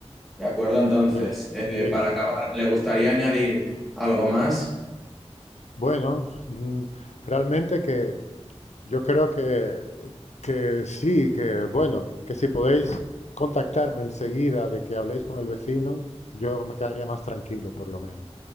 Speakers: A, in the centre; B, on the left.
A: De acuerdo, entonces,
B: Yo-
A: eh,
B: sí, oye,
A: para acabar, ¿le gustaría añadir algo más?
B: bueno, mm, realmente que yo creo que, que sí, que bueno, que si podéis contactarme enseguida de que habléis con el vecino, yo me quedaría más tranquilo, por lo menos.